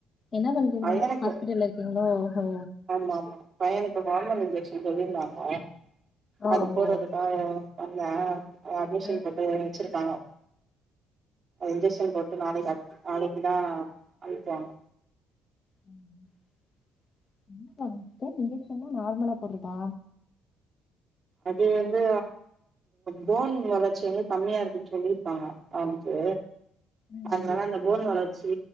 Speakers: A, on the left; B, on the right.
A: என்ன பண்றீங்க
B: பையனுக்கு
A: ஹாஸ்பிட்ல்ல இருக்கீங்ளோ ஹோ
B: ஆமா ஆமா பையனுக்கு வார்மல் இன்ஜெக்ஷன் சொல்லியிருந்தாங்க
A: ஓஹோ
B: அது போட்றதுக்காக
A: ஓகே சிஸ்டர்
B: வந்தே அட்மிஷன்
A: ஆ
B: போட்டு வச்சிருக்காங்க இன்ஜெக்ஷன் போட்டு நாளைக்கு அட் நாளைக்குதா அனுப்புவாங்க
A: <unintelligible> இன்ஜெக்ஷன் ன்னா நார்மலா போட்றதா
B: அது வந்து போன் வளர்ச்சி வந்து கம்மியா இருக்குன்னு சொல்லியிருப்பாங்க அவனுக்கு
A: ம்
B: அதனால அந்த போன் வளர்ச்சி